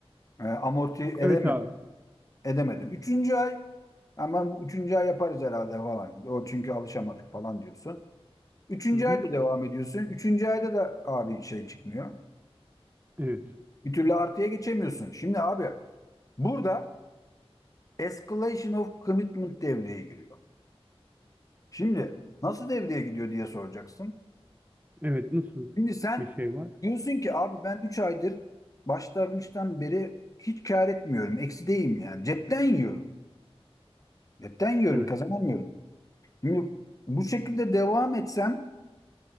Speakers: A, on the left; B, on the right.
A: E, amorti edeme,
B: Evet abi.
A: edemedin. Üçüncü ay hemen bu üçüncü ay yaparız herhalde falan. O çünkü alışamadık falan diyorsun. Üçüncü
B: Hı hı.
A: ayda devam ediyorsun. Üçüncü ayda da abi şey çıkmıyor.
B: Evet.
A: Bir türlü artıya geçemiyorsun. Şimdi abi Burada escalation of commitment devreye giriyor. Şimdi nasıl devreye gidiyor diye soracaksın.
B: Evet. Nasıl
A: Şimdi sen
B: bir şey var?
A: diyorsun ki abi ben 3 aydır başlangıçtan beri hiç kar etmiyorum. Eksideyim yani. Cepten yiyorum. Cepten yiyorum.
B: Evet.
A: Kazanamıyorum. Şimdi bu şekilde devam etsem